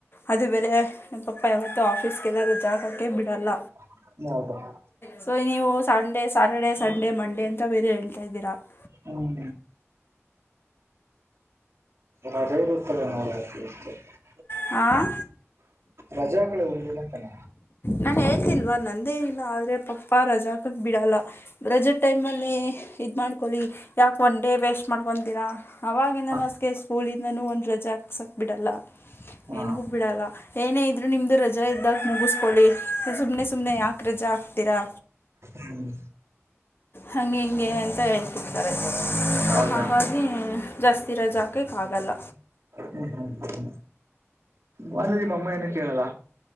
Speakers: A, on the left; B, on the right.
A: ಅದು ಬೇರೆ ನಮ್ ಪಪ್ಪ ಯಾವತ್ತೂ ಆಫೀಸ್ಗೆಲ್ಲಾದರೂ ಜಾಗಕ್ಕೆ ಬಿಡಲ್ಲ.
B: <unintelligible>
A: ಸೋ ನೀವು ಸಂಡೆ ಸ್ಯಾಟರ್ಡೆ ಸಂಡೇ ಮಂಡೇ ಅಂತ ಬೇರೆ ಹೇಳ್ತಾ ಇದ್ದೀರಾ. <inaudible>
B: ಹ್ಮ್ ರಜೆ ಇರುತ್ತಲ್ಲ <unintelligible>
A: ಆ
B: ರಜಾ ಹಾಕಳೆ ಒಂದಿನಕನ.
A: ನಾನ್ ಹೇಳ್ತಿಲ್ವಾ ನಂದೇನಿಲ್ಲ ಆದ್ರೆ ಪಪ್ಪಾ ರಜಾ ಹಾಕಕ್ ಬಿಡಲ್ಲ. ರಜುದ್ ಟೈಮಲ್ಲಿ ಇದ್ ಮಾಡ್ಕೊಳ್ಳಿ ಯಾಕ್ ಒನ್ ಡೇ ವೇಸ್ಟ್ ಮಾಡ್ಕೊಂತೀರಾ? ಅವಾಗಿಂದಾನು
B: ಹಾ
A: ಅಸ್ಕೆ ಸ್ಕೂಲಿಂದಾನೂ ಒಂದ್ ರೆಜಾ ಹಾಕ್ಸಕ್ಬಿಡಲ್ಲ.
B: ಹಾ
A: ಏನಗೂ ಬಿಡಲ್ಲ ಏನೇ ಇದ್ರು ನಿಮ್ದು ರಜಾ ಇದ್ದಾಗ್ ಮುಗುಸ್ಕೊಳ್ಳಿ ಸುಮ್ನೆ ಸ್ ಸುಮ್ನೆ ಯಾಕ್ ರೆಜಾ ಹಾಕ್ತೀರಾ?
B: ಹ್ಮ್
A: ಹಂಗೆ ಹಿಂಗೆ ಅಂತ ಹೇಳ್ತಿರ್ತಾರೆ
B: ಹೌದಾ
A: ಸೋ ಹಂಗಾಗ್ ಜಾಸ್ತಿ ರೆಜಾ ಹಾಕಕ್ ಆಗಲ್ಲ.
B: ಹ್ಮ್ ಹ್ಮ್ ಹ್ಮ್ ಬಾನರಿ ಬಮ್ಮ ಏನುಕ್ಕೇಳಲ್ಲ